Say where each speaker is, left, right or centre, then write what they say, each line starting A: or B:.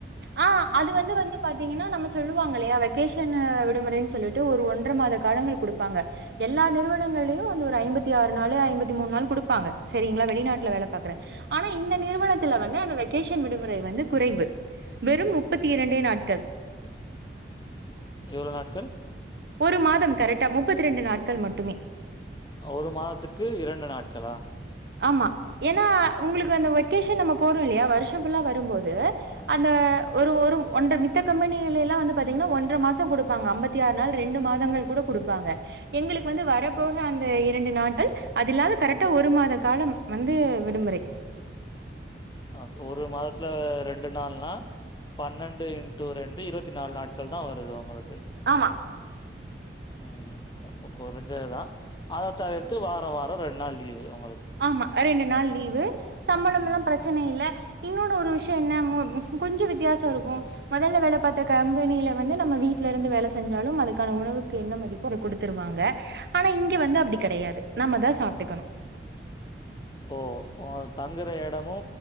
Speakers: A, on the right; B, on the left.
A: ஆ அது வந்து வந்து பாத்தீங்கன்னா நம்ம சொல்லுவாங்கல்லயா வெக்கேஷனு விடுமுறை சொல்லிட்டு ஒரு ஒன்ற மாத காலங்கள் குடுப்பாங்க எல்லா நிறுவனங்கள்லயு வந்து ஒரு ஐம்பத்திஆறு நாளு ஐம்பத்திமூணு நாளு குடுப்பாங்க சரிங்ளா வெளிநாட்ல வேல பாக்குற ஆனா இந்த நிறுவனத்துல வந்து அந்த வெக்கேஷன் விடுமுறை வந்து குறைவு வெறும் முப்பத்தி இரண்டே நாட்கள்
B: எவ்ளோ நாட்கள்
A: ஒரு மாதம் கரெக்டா முப்பத்திரெண்டு நாட்கள் மட்டுமே
B: ஒரு மாதத்துக்கு இரண்டு நாட்களா
A: ஆமா ஏன்னா உங்ளுக்கு அந்த வெக்கேஷன் நம்ம போறோல்லயா வருஷ ஃபுல்லா வரும்போது அந்த ஒரு ஒரு ஒன்ற மித்த கம்பெனிகளெல்லா வந்து பாத்தீங்னா ஒன்ற மாச குடுப்பாங்க அம்பத்தி ஆறு நாள் ரெண்டு மாதங்கள் கூட குடுப்பாங்க எங்களுக்கு வந்து வரப்போக அந்த இரண்டு நாட்கள் அது இல்லாது கரெக்டா ஒரு மாத காலம் வந்து விடுமுறை
B: அ ஒரு மாதத்துல ரெண்டு நாள்னா பன்னெண்டு இன்டூ ரெண்டு இருவத்திநாலு நாட்கள் தா வருது ஒங்களு
A: ஆமா
B: ம் அப்ப கொறஞ்சதுதா அத தவிர்த்து வாரவார ரெண் நாள் லீவு ஒ
A: ஆமா ரெண்டு நாள் லீவு சம்பளமுலா
B: ம்.
A: பிரச்சன இல்ல இன்னொன்னு ஒரு விஷ்யொ என்ன மு கொஞ்ச வித்யாசொ இருக்கு மொதல்ல வேல பாத்த கம்பெனியில வந்து நம்ம வீட்லருந்து வேல செஞ்சாலும் அதுக்கான உணவுக்கு என்ன மதிப்போ அத குடுத்துருவாங்க ஆனா இங்க வந்து அப்டி கெடையாது நம்மதா சாப்டுக்கணு
B: ஓ ஒங்க தங்குற எடமு